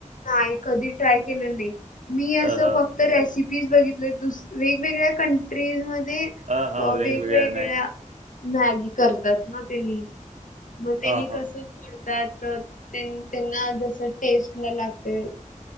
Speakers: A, on the left; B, on the right.
A: नाही कधी ट्राय केलं नाही मी असं
B: हं, हं.
A: फक्त. तर रेसिपीज बघितले दुस वेगवेगळ्या कंट्रीज मध्ये.
B: हां, हां.
A: अ वेगवेगळ्या.
B: मॅगी.
A: मॅगी करतात ना त्यांनी मग त्यांनी
B: हां, हां.
A: कसं फोडतात. त्यांना जस टेस्ट ला लागते